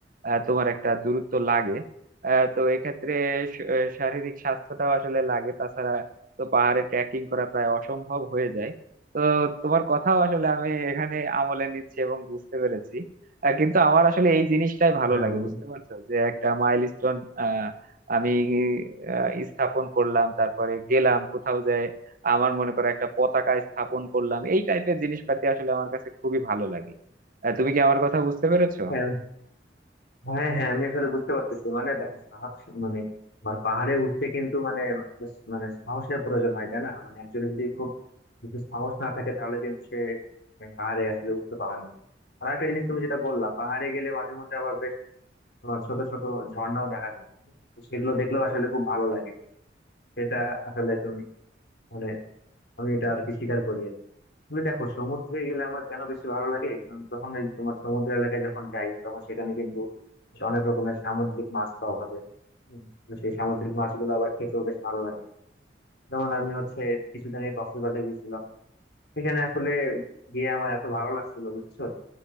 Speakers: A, on the right; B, on the left.
A: আহ, তোমার একটা দূরত্ব লাগে আহ, তো এক্ষেত্রে শ- আহ, শারীরিক স্বাস্থ্যটাও আসলে লাগে তাছাড়া তো পাহাড়ে ট্রেকিং করা প্রায় অসম্ভব হয়ে যায় তো তোমার কথাও আসলে আমি এখানে আমলে নিচ্ছি এবং বুঝতে পেরেছি আহ, কিন্তু আমার আসলে এই জিনিসটাই ভালো
B: হ্যাঁ
A: লাগে
B: বন্ধু
A: বুঝতে পারছো যে একটা মাইলস্টোন আহ আমি আহ, স্থাপন করলাম তারপরে গেলাম কোথাও যায় আমার মনে করো একটা পতাকা স্থাপন করলাম এই টাইপের জিনিসপাতি আসলে আমার কাছে খুবই ভালো লাগে আহ, তুমি কি আমার কথা বুঝতে পেরেছো
B: হ্যাঁ হ্যাঁ হ্যাঁ আমি আসলে বুঝতে পারতেছি মানে দেখো সাহস মানে আমার পাহাড়ে উঠতে কিন্তু মানে মানে সাহসের প্রয়োজন হয় তাই না মানে একজনের যদি খুব যদি সাহস না থাকে তাহলে কিন্তু সে মানে পাহাড়ে আসলে উঠতে পারে না আর একটা জিনিস তুমি যেটা বললা পাহাড়ে গেলে মাঝে মধ্যে আবার বেশ তোমার ছোট ছোট ঝর্ণাও দেখা যায় তো সেগুলো দেখলেও আসলে খুব ভালো লাগে সেটা আসলে তুমি মানে আমি এটা আর কি স্বীকার করি আর কি। তুমি দেখো সমুদ্রে গেলে আমার কেন বেশি ভালো লাগে কারণ তখন ওই তোমার সমুদ্র এলাকায় যখন যাই তখন সেখানে কিন্তু বেশ অনেক রকমের সামুদ্রিক মাছ পাওয়া যায় হুম, তো সেই সামুদ্রিক মাছগুলো আবার খেতেও বেশ ভালো লাগে যেমন আমি হচ্ছে কিছুদিন আগে কক্সবাজার গেছিলাম সেখানে আসলে গিয়ে আমার এত ভালো লাগছিল বুঝছো